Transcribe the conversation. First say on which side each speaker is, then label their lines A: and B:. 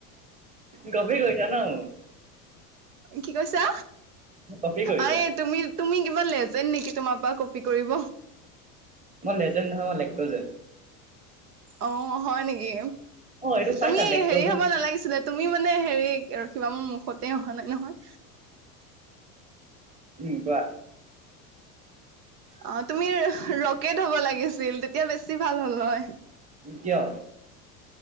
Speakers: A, on the right; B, on the right.
A: কপ কৈছা ন মোক।
B: কি কৈছা?
A: মোক কপি কৰিছা।
B: আৰে- তুমি তুমি কিবা লেজেণ্ড নেকি তোমাৰ পৰা কপি কৰিব।
A: মই লেজেণ্ড নহয়, মই লেক্টজেন।
B: অঁ হয় নেকি,
A: অ', এইটো খাইছা
B: তুমি
A: লেক্টজেন
B: হেৰি হব নালাগিছিলে- তুমি মানে হেৰি ৰখিবা মোৰ মুখতে অহা নাই নহয়।
A: উম কোৱা?
B: অঁ তুমি ৰকেট হব লাগিছিল তেতিয়া বেছি ভাল হ'ল হয়।
A: কিন্তু কিয়?